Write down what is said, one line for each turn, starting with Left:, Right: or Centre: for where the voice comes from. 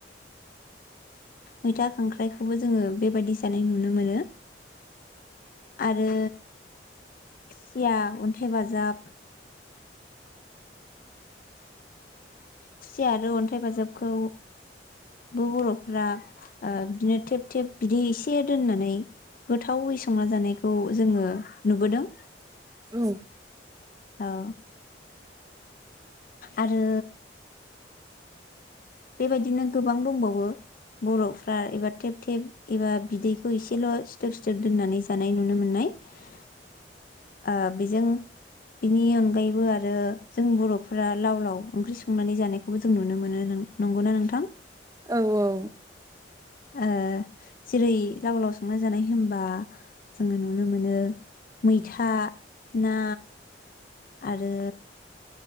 Left: मैथा खांख्राइखौबो जोङो बेबायदि जानाय नुनो मोनो। आरो खुसिया अन्थाय बाजाब। खुसियाआरो अन्थाइ बाजाबखौ ब-बर'फ्रा बिदिनो थेब थेब बिदै एसे दोननानै गोथावै संना जानायखौ जोङो नुबोदों।
Right: <inaudible>
Left: औ। आरो बेबायदिनो गोबां दंबावो। बर'फ्रा एबा थेब थेब एबा बिदैखौ एसेल' सिथोब सिथोब दोननानै जानाय नुनो मोन्नाय जायो। ओ बेजों बिनि अनगायैबो आरो जों बर' फोरा लाव लाव ओंख्रि संनानै जानायखौबो जों नुनो मोनो नों नंगौना नोंथां?
Right: औ औ।
Left: ओ जेरै लाव लाव संना जानाय होनबा जोङो नुनो मोनो मैथा ना आरो